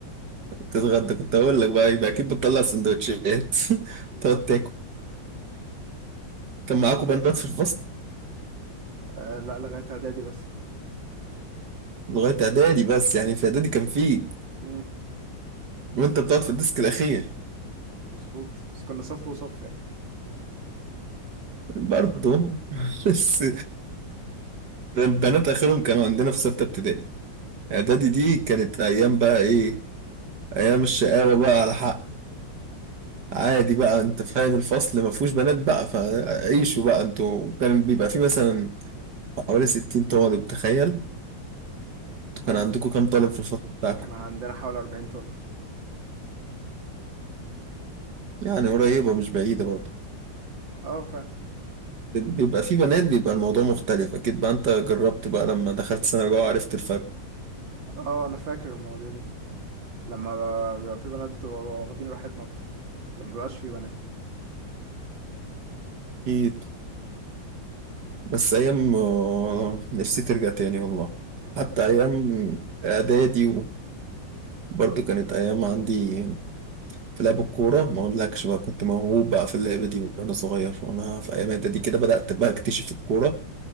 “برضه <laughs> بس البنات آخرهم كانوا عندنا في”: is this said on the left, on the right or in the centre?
Right